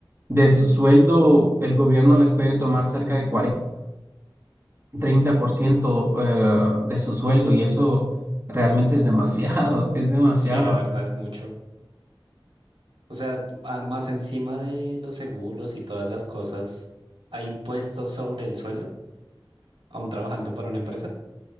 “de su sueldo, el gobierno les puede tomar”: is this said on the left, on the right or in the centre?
Right